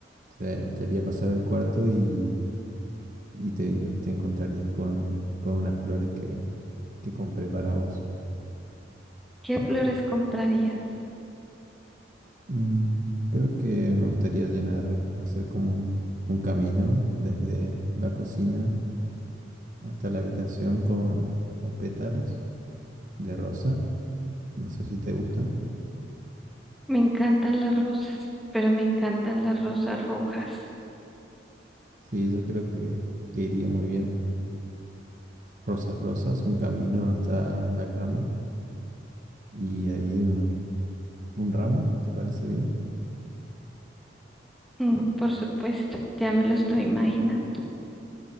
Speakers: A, on the right (about 45°); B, in the centre.
A: te, te haría pasar al cuarto y, y te, te encontrarías con, con unas flores que, que compré para vos.
B: ¿Qué flores comprarías?
A: Mm, creo que me gustaría llenar, hacer como un, un camino desde la cocina hasta la habitación con, con pétalos de rosa. No sé si te gustan.
B: Me encantan las rosas, pero me encantan las rosas rojas.
A: Sí, yo creo que, que iría muy bien. Rosas, rosas, un camino hasta la cama y ahí un, un ramo, ¿te parece bien?
B: Mm, por supuesto, ya me lo estoy imaginando.